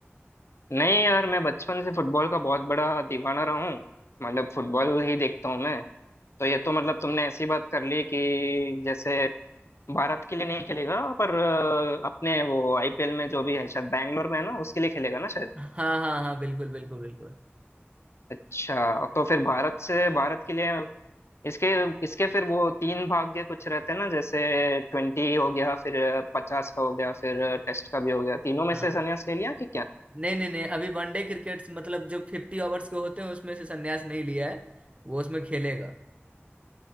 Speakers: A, on the left; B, on the right.
A: नहीं यार मैं बचपन से फुटबॉल का बहुत बड़ा दीवाना रहा हूँ मतलब फुटबॉल ही देखता हूँ मैं तो ये तो मतलब तुमने ऐसी बात कर ली कि जैसे भारत के लिए नहीं खेलेगा पर अ, अपने वो आईपीएल में जो भी है शायद बैंगलोर में है ना उसके लिए खेलेगा ना शायद
B: हाँ हाँ हाँ बिल्कुल बिल्कुल बिल्कुल
A: अच्छा तो फिर भारत से भारत के लिए इसके इसके फिर वो तीन भाग्य कुछ रहते हैं ना जैसे ट्वेंटी हो गया फिर पचास का हो गया फिर टेस्ट का भी हो गया तीनों में
B: हाँ
A: से संन्यास ले लिया कि क्या
B: नहीं नहीं नहीं अभी वनडे क्रिकेट मतलब जो फिफ्टी ओवर्स के होते हैं उसमें से संन्यास नहीं लिया है वो उसमें खेलेगा